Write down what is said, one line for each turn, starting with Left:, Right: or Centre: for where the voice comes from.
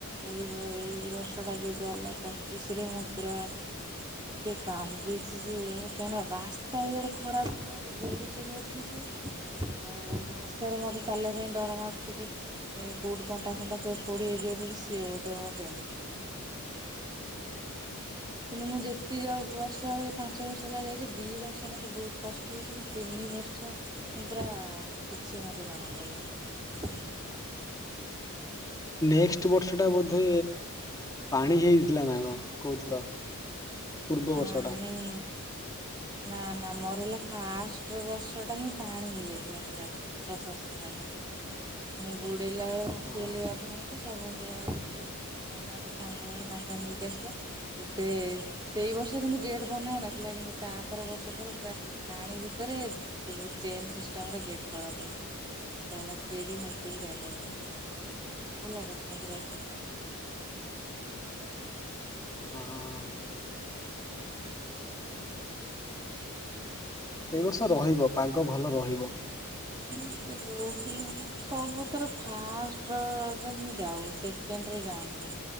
Right: ଏଇ ଏଇ ବର୍ଷଟା ଯଉ ଗଲା ପଚିଶରେ ମୁଁ ପୁରା ଏତେ କାନ୍ଦିଛି ଯେ କାହିଁକିନା ରାସ୍ତା ଇଆଡେ ଖରାପ ଥିବ ଗୋଡି ସବୁ ଉଠିଛି। ଆଉ ଘାସରେ ମତେ ଚାଲିବା ପାଇଁ ଡର ମାରୁୁଛି କି? ଏଇ କୋଉଠି କଣ୍ଟା ଫଣ୍ଟା ଥିବ ଫୋଡି ହେଇଯିବ ସିଏ ଗୋଟେ ମୋ ଟେନସନ। କିନ୍ତୁ ମୁଁ ଯେତିକ ବର୍ଷ ହେଇ ପାଞ୍ଚ ବର୍ଷ ହେଲା ଯାଇଛି ଦି ବର୍ଷ ମତେ ବହୁତ କଷ୍ଟ ହେଇଛି। କିନ୍ତୁ ତିନି ବର୍ଷ ମୁଁ ପୁରା କିଛି ମୋତେ ଜଣାପଡ଼ିଲାନି।
Left: ନେକ୍ସଟ ବର୍ଷ ଟା ବୋଧେ ପାଣି ହେଇଥିଲା ନା କଣ କହୁଥିଲ? ପୂର୍ବ
Right: ପାଣି
Left: ବର୍ଷଟା।
Right: ନା ନା ମୋର ହେଲା ଫାଷ୍ଟ ବର୍ଷ ଟା ହିଁ ପାଣି ହେଇଯାଇଥିଲା ପୁରା। <unintelligible> ମୁଁ ବୁଡେଇଲା ବେଳେ ଭାସିଗଲି
Left: ହଁ
Right: ଅଧା ତ ସବୁ ବର୍ଷ ଯାଇକି ସେ ନନା ତା ସାଙ୍ଗ ଜଣେ ସାଙ୍ଗେ ସାଙ୍ଗେ ନେଇକି ଆସିଲା ଏବେ ସେଇ ବର୍ଷ କିନ୍ତୁ ଗେଟ୍ ବନା ହେଇ ନଥିଲା କିନ୍ତୁ ତା ପର ବର୍ଷ ଠାରୁ ପୁରା ପାଣି ଭିତରେ ସବୁ ଚେନ ସିଷ୍ଟମରେ ଗେଟ୍ କରାଦେଇଛି ସ ହେଲା କେହିବି ଭାସିକି ଯାଇପାରିବେନି ଭଲ କରୁଛନ୍ତି ଭାଇକେ
Left: ହଁ, ହଁ, ହଁ। ଏ ବର୍ଷ ରହିବ ପାଗ ଭଲ ରହିବ।
Right: ମ ରୋହି ଆମର ତ ସବୁଥର ଫାଷ୍ଟରେ ହିଁ ଯାଉ ସେ ସେକେଣ୍ଡରେ ଯାଆନ୍ତିନି